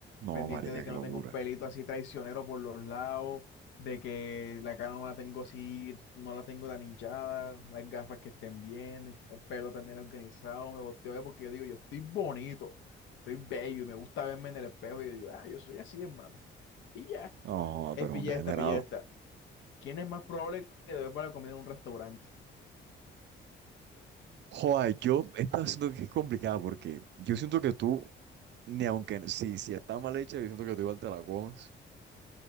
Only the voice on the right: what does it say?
No,
marica,
qué
locura.
No,
pero
un degenerado.
Joder, yo, esta siento que es complicada porque yo siento que tú, ni aunque, si, si está mal hecha, yo siento que tú igual te la comes,